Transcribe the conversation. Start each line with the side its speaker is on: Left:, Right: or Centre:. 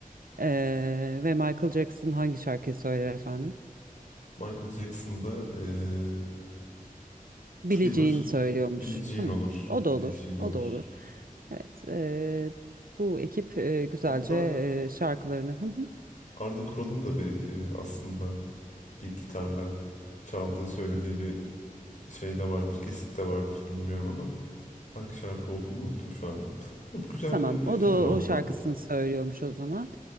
Right: E, ve Michael Jackson hangi şarkıyı söyler efendim?
Left: Michael Jackson'da ee,
Right: Bileceğini
Left: Thriller,
Right: söylüyormuş.
Left: Billie Jean
Right: Hı,
Left: olur.
Right: o da
Left: Billie
Right: olur,
Left: Jean
Right: o
Left: olur.
Right: da olur. Evet, e, bu ekip e, güzelce
Left: Hatta
Right: e, şarkılarını. Hı hı.
Left: Arda Kural'ın da bir ee, aslında bir gitarla çaldığı söylediği bir şey de vardır, kesit de vardır bilmiyorum ama hangi şarkı olduğunu unuttum şu anda. Ya, bu güzel
Right: Tamam,
Left: bir
Right: o
Left: e, final
Right: da o
Left: oldu.
Right: o şarkısını söylüyormuş o zaman.